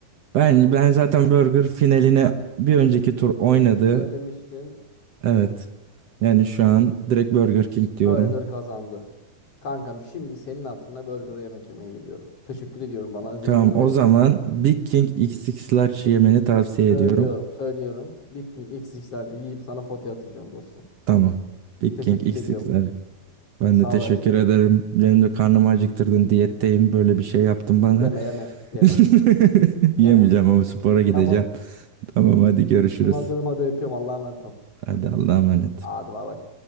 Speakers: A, on the right (about 60°); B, on the left (about 45°).
A: Ben ben zaten Burger finaline bir önceki tur oynadı.
B: Önce söylemiştin.
A: Evet. Yani şu an direkt Burger King diyorum.
B: Burger kazandı. Kankam şimdi senin hatırına burger yemek yemeye gidiyorum. Teşekkür ediyorum bana zincir
A: Tamam o
B: bir restoran.
A: zaman Big King X X Large yemeni tavsiye ediyorum.
B: Söylüyorum, söylüyorum. Big King XX'lerce yiyip sana fotoğraf atacağım dostum.
A: Tamam. Big
B: Teşekkür
A: King X8'ler.
B: ediyorum.
A: Ben
B: Sağ
A: de teşekkür
B: ol her şey için.
A: ederim. Benim de karnımı acıktırdın. Diyetteyim. Böyle bir şey yaptın bana.
B: Yeme yeme
A: <laughs>
B: yeme
A: Yemeyeceğim
B: yeme.
A: ama spora gideceğim.
B: Tamam.
A: Tamam hadi görüşürüz.
B: Tamam canım hadi öpüyorum. Allah'a emanet ol.
A: Hadi Allah'a emanet.
B: Hadi bay bay.